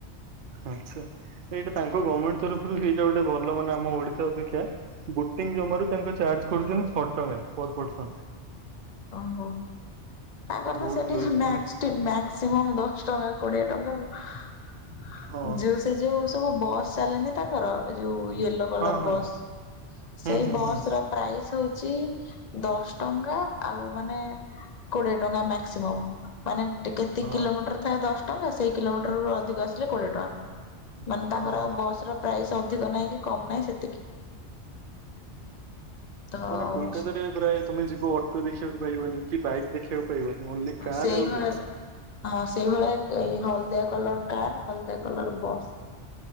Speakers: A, on the right; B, on the left.
A: ଆଚ୍ଛା। ନା ଏଇଟା ତାଙ୍କ ଗମେଣ୍ଟ୍ ତରଫରୁ ହେଇଟା ଗୋଟେ ଭଲ ମାନେ ଆମ ଓଡ଼ିଶା ଅପେକ୍ଷା ବୋଟିଂ ଜମାରୁ ତାଙ୍କୁ ଚାର୍ଜ କରୁଛନ୍ତି ଛଅ ଟଙ୍କା ପର ପର୍ସନ।
B: ଓହୋଃ ‌। ତାଙ୍କର ତ
A: ବହୁତ
B: ସେଠି
A: ଲୋଏଷ୍ଟ
B: ମ୍ୟାକ୍ସ
A: ମାନେ
B: ଟି ମ୍ୟାକ୍ସ ସିମମ୍ ଦଶ ଟଙ୍କା କି କୋଡ଼ିଏ ଟଙ୍କା ଆଉ।
A: ହଁ
B: ସେ ଯୋଉ ସବୁ ବସ୍ ଚାଲିନି ତାଙ୍କର ଯୋଉ ୟେଲୋ କଲର
A: ହଁ ହଁ
B: ବସ୍।
A: ହୁଁ
B: ସେଇ
A: ହୁଁ
B: ବସ
A: ହୁଁ
B: ର ପ୍ରାଇସ୍ ହଉଛି ଦଶ ଟଙ୍କା ଆଉ ମାନେ କୋଡିଏ ଟଙ୍କା ମାକ୍ସିମମ୍। ମାନେ କେତେ
A: ହଁ
B: କିଲୋମିଟର ଥାଏ ଦଶ ଟଙ୍କା ସେଇ କିଲୋମିଟରରୁୁ ଅଧିକ ଆସିଲେ କୋଡିଏ ଟଙ୍କା। ମାନେ ତାଙ୍କର
A: ହଁ
B: ଆଉ ବସ ର ପ୍ରାଇସ୍ ଅଧିକ ନାହିଁ କି କମ ନାହିଁ ସେତିକି। ତ ହଁ
A: କାହିଁକିନା କୋଲକାତାରେ ପ୍ରାୟ ତମେ ଯିବ ଅଟୋ ରିକ୍ସା ପାଇବନି କି ବାଇକ୍ ଦେଖିବାକୁ ପାଇବନି। ଓନ୍ଲି କାର୍
B: ସେଇଭଳିଆ
A: ଆଉ ବସ୍।
B: ହଁ ସେଇଭଳିଆ ଏ ହଳଦିଆ କଲର କାର, ହଳଦିଆ କଲର ବସ୍।